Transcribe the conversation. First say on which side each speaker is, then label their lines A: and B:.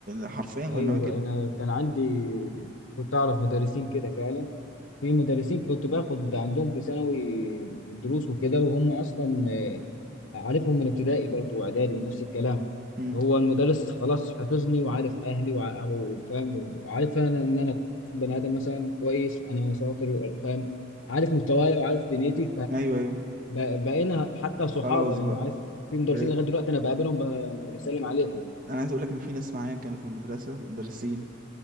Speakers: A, on the right; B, on the left.
A: حرفيا
B: ايوه
A: كنا بنعمل كده
B: انا كان عندي كنت اعرف مدرسين كده فعلا في مدرسين كنت باخد عندهم في ثانوي دروس وكده وهم اصلا آه، عارفهم من ابتدائي برضو واعدادي ونفس الكلام
A: امم
B: هو المدرس خلاص حفظني وعارف اهلي وع- وفاهم وعارف انا ان انا بني ادم مثلا كويس انا شاطر وفاهم عارف مستواي وعارف دنيتي
A: ايوه ايوه
B: فبقينا حتى صحابه
A: خلاص
B: يعني
A: بقى
B: عارف في مدرسين
A: بقيت
B: لغايه دلوقتي انا بقابلهم ب- بسلم عليهم
A: انا عايز اقول لك ان في ناس معايا كانت في المدرسه مدرسين